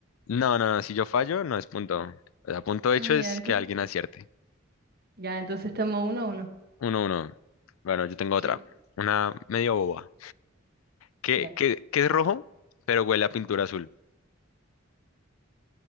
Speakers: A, on the left (about 80°); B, on the right (about 50°).
A: No, no, no. Si yo fallo, no es punto. O sea, punto
B: Ah,
A: hecho es
B: ya, entonces,
A: que alguien acierte.
B: ya, entonces estamos uno a uno.
A: Uno, uno. Bueno, yo tengo otra.
B: Sí,
A: Una medio boba. ¿Qué,
B: ya.
A: qué, qué es rojo,
B: ya.
A: pero huele a pintura azul?